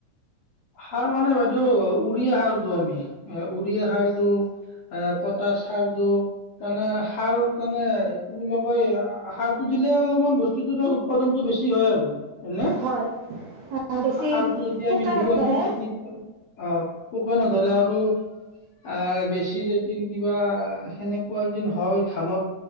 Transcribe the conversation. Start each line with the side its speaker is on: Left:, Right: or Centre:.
Left: সাৰ মানে বাইদেউ উৰিয়া সাৰ দিওঁ আমি, উৰিয়া সাৰ দিওঁ এহ পটাশ সাৰ দিও। <unintelligible> তানে সাৰো তানে, কি বুলি কয় আহ সাৰটো দিলে অলপমান বস্তুটো উৎপাদনটো বেছি হয় আৰু হয়নে,
Right: হয় বেছি
Left: সাৰটো যদি
Right: পোকে
Left: আমি দিওঁ
Right: নধৰে
Left: আমি খেতি অহ, পোকে নধৰে আৰু আহ বেছি যেতিন কিবা সেনেকুৱা যেন হয় ধানত